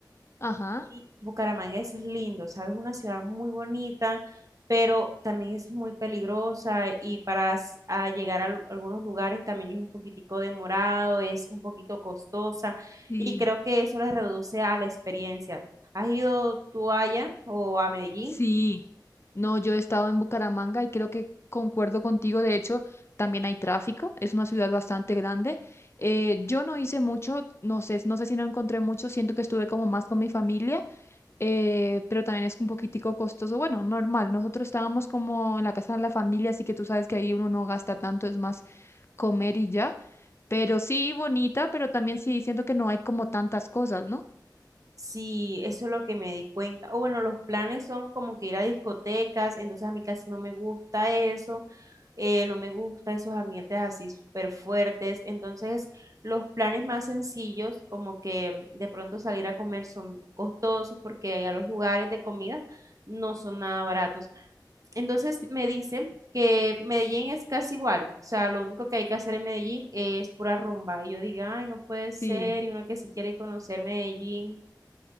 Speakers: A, on the left; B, on the right.
A: Ajá.
B: y Bucaramanga es lindo, ¿sabes? Una ciudad muy bonita, pero también es muy peligrosa y para s- a llegar a al- algunos lugares también es un poquitico demorado, es un poquito costosa
A: Sí,
B: y creo que eso le reduce a la experiencia. ¿Has ido tú allá o a Medellín?
A: sí. No, yo he estado en Bucaramanga y creo que concuerdo contigo. De hecho, también hay tráfico. Es una ciudad bastante grande. Eh, yo no hice mucho, no sé, no sé si no encontré mucho. Siento que estuve como más con mi familia, eh, pero también es un poquitico costoso. Bueno, normal. Nosotros estábamos como en la casa de la familia, así que tú sabes que ahí uno no gasta tanto. Es más, comer y ya, pero sí bonita, pero también sí siento que no hay como tantas cosas, ¿no?
B: Sí, eso es lo que me di cuenta. O bueno, los planes son como que ir a discotecas, entonces a mí casi no me gusta eso, eh, no me gusta esos ambientes así súper fuertes. Entonces, los planes más sencillos, como que mm, de pronto salir a comer, son costosos porque allá los lugares de comida no son nada baratos. Entonces,
A: Sí.
B: me dicen que Medellín es casi igual, o sea, lo único que hay que hacer en Medellín es pura rumba. Y yo digo, ay, no puede ser,
A: Sí.
B: y uno que sí quiere conocer Medellín.